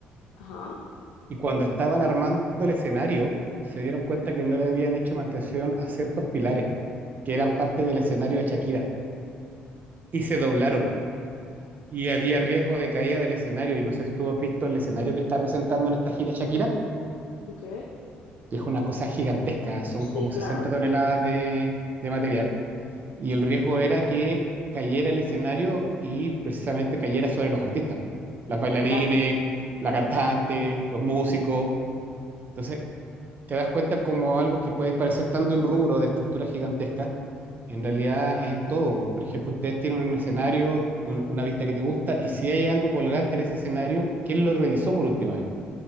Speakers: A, on the left (about 85°); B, on the right (about 45°).
A: ajá.
B: y cuando estaban armando el escenario se dieron cuenta que no le habían hecho mantención a ciertos pilares que
A: <gasps>
B: eran parte del escenario de Shakira. y se doblaron. Y había riesgo de caída del escenario. Y no sé si tú has visto el escenario que está presentando en esta gira Shakira,
A: Ok,
B: que es una cosa gigantesca, son
A: sí,
B: como 60
A: claro.
B: toneladas de, de material. Y el riesgo era que cayera el escenario y precisamente cayera sobre los artistas, las bailarines,
A: Claro,
B: la cantante, los músicos. Entonces, te das cuenta como algo que puede parecer tan de un rubro de estructura gigantesca, En realidad es en todo. Por ejemplo, ustedes tienen un escenario, un- una vista que te gusta, y si hay algo colgante en ese escenario, ¿quién lo revisó por última vez?